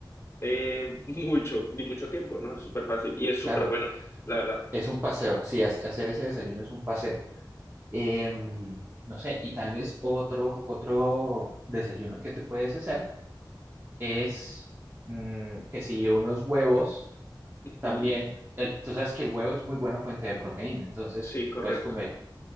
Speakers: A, on the left; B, on the right.
A: eh, <laughs> mucho, ni mucho tiempo, ¿no? Es súper fácil y es súper
B: claro,
A: bueno, la verdad.
B: es un paseo, sí, hace- hacer ese desayuno es un paseo. Em, no sé, y tal vez otro, otro desayuno que te puedes hacer es mm, que si unos huevos
A: Ujú.
B: También, el- tú sabes que el huevo es muy buena fuente de proteína, entonces
A: Sí, correcto.
B: te puedes comer